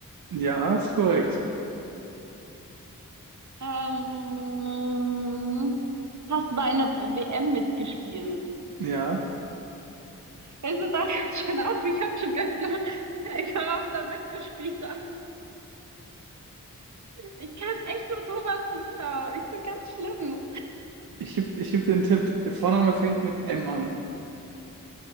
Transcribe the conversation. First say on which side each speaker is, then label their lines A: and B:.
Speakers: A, on the right; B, on the right.
A: Ja, ist korrekt.
B: Ähm, hast bei einer WM mitgespielt.
A: Ja,
B: Weißt du, da hört schon auf, ich habe schon keinen Plan, <laughs> wer überhaupt da mitgespielt hat. Ich kann echt nur Thomas Müller. Ich bin ganz schlimm.
A: ich gebe ich geb dir einen Tipp. Der Vorname fängt mit M an.